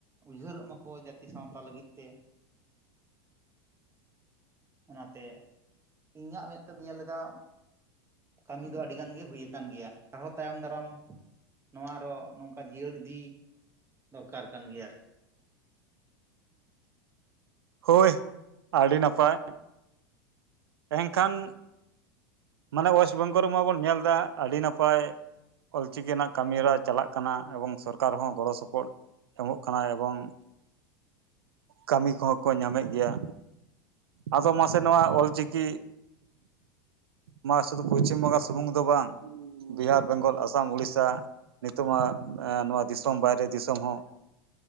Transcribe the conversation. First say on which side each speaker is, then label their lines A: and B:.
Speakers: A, on the right; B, on the right.
A: ᱩᱭᱦᱟᱹᱨᱚᱜ ᱢᱟᱠᱚ ᱡᱟᱹᱛᱤ ᱥᱟᱶᱛᱟ ᱞᱟᱹᱜᱤᱫ ᱛᱮ᱾ ᱚᱱᱟᱛᱮ ᱤᱧᱟᱹᱜ ᱢᱮᱫᱛᱮᱧ ᱧᱮᱞ ᱞᱮᱫᱟ ᱠᱟᱹᱢᱤ ᱫᱚ ᱟᱹᱰᱤᱜᱟᱱ ᱜᱮ ᱦᱩᱭ ᱟᱠᱟᱱ ᱜᱮᱭᱟ ᱟᱨᱦᱚᱸ ᱛᱟᱭᱚᱢ ᱫᱟᱨᱟᱢ ᱱᱚᱣᱟ ᱟᱨᱚ ᱱᱚᱝᱠᱟ ᱡᱤᱭᱟᱹᱲ ᱤᱫᱤ ᱫᱚᱨᱠᱟᱨ ᱠᱟᱱ ᱜᱮᱭᱟ ᱟᱨ
B: ᱦᱳᱭ ᱟᱹᱰᱤ ᱱᱟᱯᱟᱭ ᱮᱱᱠᱷᱟᱱ ᱢᱟᱱᱮ ᱚᱭᱮᱥᱴ ᱵᱮᱝᱜᱚᱞ ᱨᱮᱢᱟ ᱵᱚᱱ ᱧᱮᱞ ᱮᱫᱟ ᱟᱹᱰᱤ ᱱᱟᱯᱟᱭ ᱚᱞ ᱪᱤᱠᱤ ᱨᱮᱱᱟᱜ ᱠᱟᱹᱢᱤ ᱦᱚᱨᱟ ᱪᱟᱞᱟᱜ ᱠᱟᱱᱟ ᱮᱵᱚᱝ ᱥᱚᱨᱠᱟᱨ ᱦᱚᱸ ᱜᱚᱲᱚ ᱥᱚᱯᱚᱦᱚᱫ ᱮᱢᱚᱜ ᱠᱟᱱᱟ ᱮᱵᱚᱝ ᱠᱟᱹᱢᱤ ᱠᱚᱦᱚᱸ ᱠᱚ ᱧᱟᱢᱮᱫ ᱜᱮᱭᱟ ᱟᱫᱚ ᱢᱟᱥᱮ ᱱᱚᱣᱟ ᱚᱞ ᱪᱤᱠᱤ ᱢᱟ ᱥᱩᱫᱷᱩ ᱯᱚᱥᱪᱷᱤᱢ ᱵᱚᱸᱜᱟ ᱥᱩᱢᱩᱝ ᱫᱚ ᱵᱟᱝ ᱵᱤᱦᱟᱨ ᱵᱮᱝᱜᱚᱞ ᱟᱥᱟᱢ ᱩᱳᱲᱤᱥᱥᱟ, ᱱᱤᱛᱚᱜ ᱢᱟ ᱱᱚᱣᱟ ᱫᱤᱥᱚᱢ ᱵᱟᱭᱨᱮ ᱫᱤᱥᱚᱢ ᱦᱚᱸ